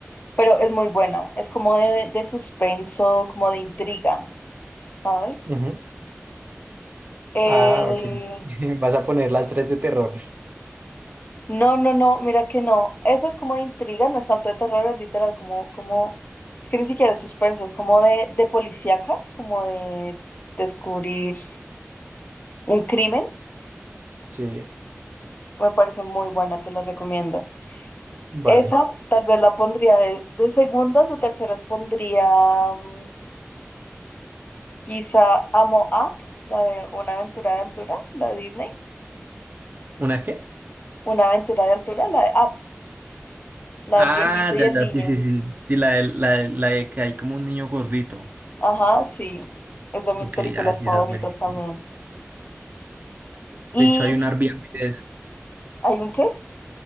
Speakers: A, on the left; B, on the right.
A: pero es muy buena. Es como de, de suspenso, como de intriga, ¿sabes?
B: Ujú.
A: Eh,
B: Ah, ok. <laughs> Vas a poner las tres de terror.
A: No, no, no, mira que no. Esa es como de intriga, no es tanto de terror, es literal, como, como, es que ni siquiera es suspenso, es como de, de policíaca, como de descubrir un crimen.
B: Sí,
A: Me parece muy buena, te la recomiendo.
B: vale.
A: Esa tal vez la pondría de, de segundas, de terceras pondría mm, quizá Amo Up, la de Una aventura de altura, la de Disney.
B: ¿Una qué?
A: Una aventura de altura, la de Up, la
B: Ah,
A: del viejito y
B: ya,
A: el
B: ya,
A: niño.
B: sí, sí, sí, sí, sí, la de, la de- la de que hay como un niño gordito.
A: Ajá, sí, es de mis
B: Ok,
A: películas
B: ya, sí,
A: favoritas
B: esa es buenísima.
A: también. ¿Y
B: De hecho, hay un Airbnb de eso,
A: hay un qué?